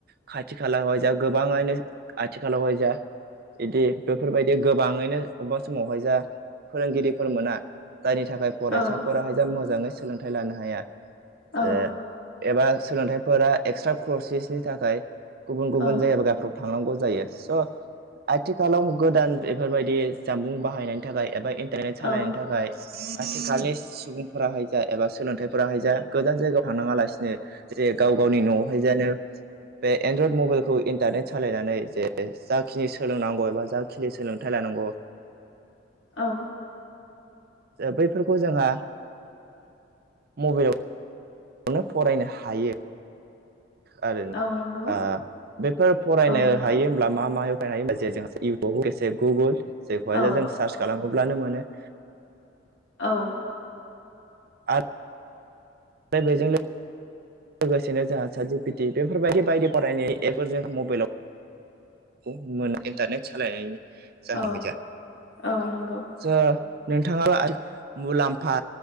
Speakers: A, on the right; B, on the left.
A: खाथि खालायावहाय जा गोबां आइनो आथिखालावहाय जा इदि बेफोरबायदि गोबाङैनो अबबा समावहाय जा फोरोंगिरिफोर मोना जायनि थाखाय फरायसाफोराहाय
B: औ
A: जा मोजाङै सोलोंथाइ लानो हाया
B: औ
A: जे एबा सोलोंथाइफोरा एक्सट्रा कर्सेसनि थाखाय गुबुन गुबुन
B: औ
A: जायगाबा गाफ्र' थांनांगौ जायो स आथिखालाव गोदान बेफोरबायदि जामबुं बाहायनायनि थाखाय एबा इन टारनेट सालायनि
B: औ
A: थाखाय आथिखालनि सुबुं फोराहाय जा एबा सोलोंथाइफोराहाय जा गोजान जायगायाव थांनाङा लासिनो जे गाव गावनि नआवहाय जानो बे एनड्रयड मबाइलखौ इन्टारनेट सालायनानै जे जाखिनि सोलोंनांगौ एबा जा खिनि सोलोंथाइ लानांगौ
B: औ
A: ओ बैफोरखौ जोंहा मबेलाव नो फरायनो हायो। आरो
B: औ नंगौ
A: ओ बैफोर फरायनो
B: औ नोंथां
A: हायो होनब्ला मा मा <inaudible> इउटुब एसे गुगोल जेखौहाय
B: औ
A: जों सार्च खालामोब्लानो मोनो
B: औ
A: आर रो बेजों लो लोगोसेनो जोंहा सा चाट जिपेटि बेफोरबायदि बायदि फरायनाय एपफोरजों मबाइलाव खौ मोनो इन्टारनेट सालायनायनि जाहोनावहाय
B: औ
A: जा।
B: औ नंगौ
A: स' नोंथाङा <inaudible> मुलाम्फा